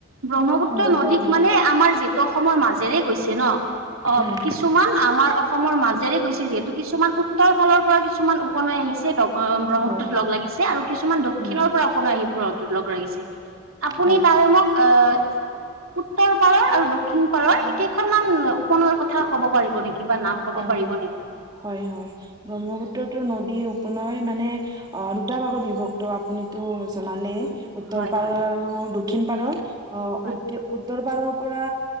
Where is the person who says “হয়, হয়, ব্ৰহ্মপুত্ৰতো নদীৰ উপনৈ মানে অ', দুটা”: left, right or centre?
Right